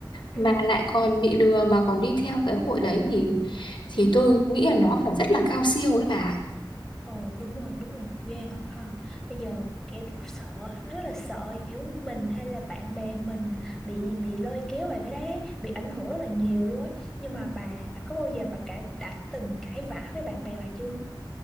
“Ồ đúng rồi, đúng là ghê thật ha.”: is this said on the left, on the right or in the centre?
Centre